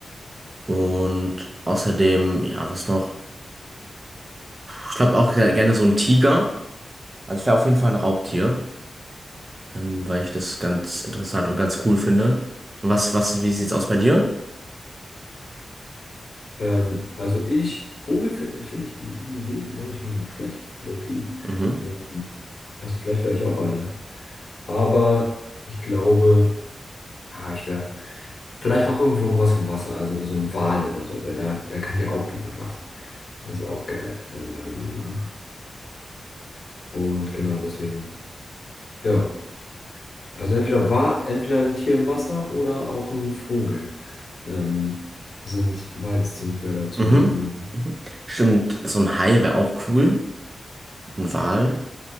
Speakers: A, on the right; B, on the left.
A: Und außerdem, ja, was noch? Ich glaube auch sehr gerne so ein Tiger. Also ich wäre auf jeden Fall ein Raubtier, ähm, weil ich das ganz interessant und ganz cool finde. Was, was, wie sieht's aus bei dir?
B: ähm, also ich, Vogel finde find find ich die, die Idee ist gar nicht mal so schlecht, low-key.
A: Mhm.
B: Ähm, also vielleicht wäre ich auch einer. Aber ich glaube. Ja, ich wäre vielleicht auch irgendwo was am Wasser, also so ein Wal oder so, weil da, da kann dir auch niemand was. Das ist auch geil, äh, meiner Meinung nach. Und genau, deswegen, ja. Also entweder war, entweder ein Tier im Wasser oder auch ein Vogel. Ähm, sind beides ziemlich geile Optionen
A: Mhm.
B: genommen.
A: Stimmt, so ein Hai wäre auch cool. Ein Wal.